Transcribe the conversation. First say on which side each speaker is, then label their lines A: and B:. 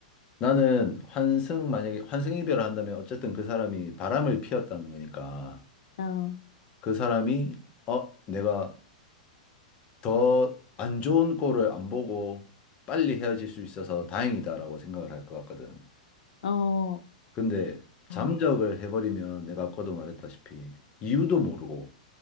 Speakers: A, on the left; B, on the left.
A: 나는 환승, 만약에 환승 이별을 한다면 어쨌든 그 사람이 바람을 피웠다는 거니까
B: 어,
A: 그 사람이, 어, 내가 더 안 좋은 꼴을 안 보고 빨리 헤어질 수 있어서 다행이다라고 생각을 할 것 같거든.
B: 어,
A: 근데 잠적을
B: 아,
A: 해버리면 내가 아까도 말했다시피 이유도 모르고